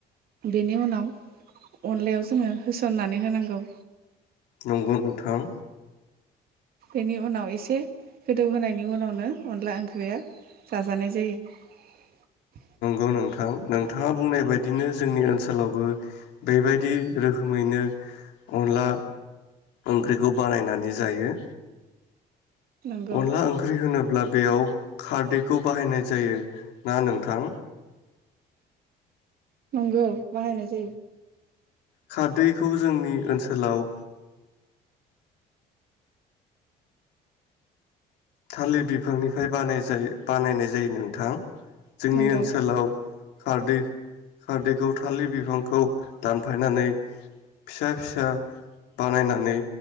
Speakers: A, on the right; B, on the left.
A: बेनि उनाव अनलायाव जोङो होसननानै होनांगौ।
B: नंगौ नोंथां।
A: बेनि उनाव एसे गोदौ होनायनि उनावनो अनला ओंख्रिया जाजानाय जायो।
B: नंगौ नोंथां नोंथाङा बुंनाय बायदिनो जोंनि ओनसोलावबो बेबायदि रोखोमैनो अनला ओंख्रिखौ बानायनानै जायो।
A: नंगौ
B: अनला ओंख्रि होनोब्ला बेयाव खारदैखौ बाहायनाय जायो ना नोंथां?
A: नंगौ बाहायनाय जायो।
B: खारदैखौ जोंनि ओनसोलाव थालिर बिफां निफ्राय बानायजायो बानायनाय जायो नोंथां। जोंनि
A: नंगौ
B: ओनसोलाव खारदै खारदैखौ थालिर बिफांखौ दानफाय नानै फिसा फिसा बानायनानै